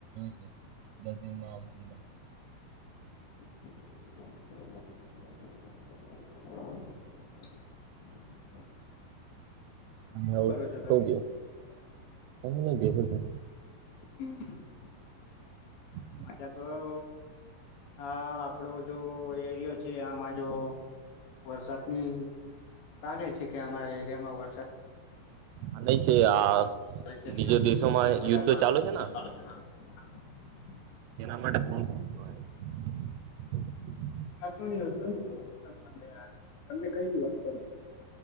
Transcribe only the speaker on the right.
છે દસ દિનમાં આવશે.
<unintelligible>
બેસે છે.
<inaudible>
હ લેય છે આ
બીજો દેશોમાં યુદ્ધ ચાલુ છે ને <unintelligible>